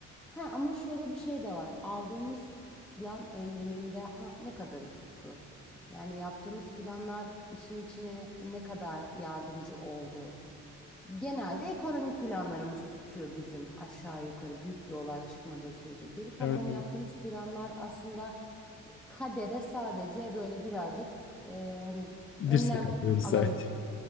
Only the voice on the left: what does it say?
Evet evet.
Dirsek
atlıyoruz
sanki.